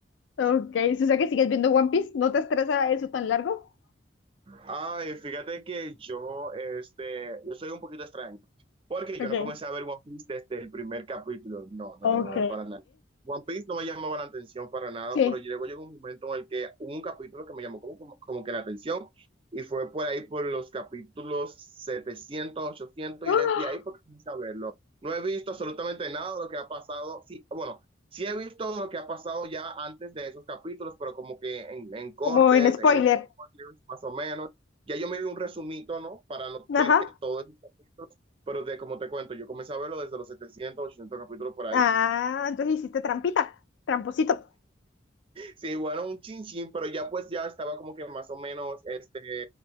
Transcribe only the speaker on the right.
Ay, fíjate que yo, este, yo soy un poquito extraño, porque
yo no comencé a ver One Piece desde el primer capítulo. No,
no, no, no, para nada. One Piece no me llamaba la atención para nada,
pero luego llegó un momento en el que hubo un capítulo que me llamó como, como, como que la atención y fue por ahí por los capítulos setecientos, ochocientos
y desde ahí porque comencé a verlo. No he visto absolutamente nada de lo que ha pasado. Sí, bueno, sí he visto lo que ha pasado ya antes de esos capítulos, pero como que en, en cortes,
en spoilers, más o menos. Ya yo me vi un resumito, ¿no? Para no ver
que todo es... Pero de, como te cuento, yo comencé a verlo desde los 700 800 capítulos por ahí.
Sí, bueno, un chin chin, pero ya pues ya estaba como que más o menos, este,